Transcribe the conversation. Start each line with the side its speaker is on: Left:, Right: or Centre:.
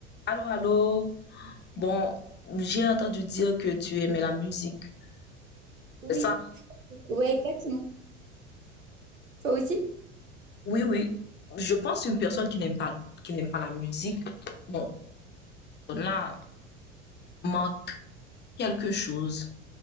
Left: Allô, allô. Bon, j'ai entendu dire que tu aimais la musique. C'est
Right: Oui,
Left: ça?
Right: ouais, exactement. Toi aussi?
Left: Oui, oui. Je pense qu'une personne qui n'aime pas, qui n'aime pas la musique, bon, là, manque quelque chose,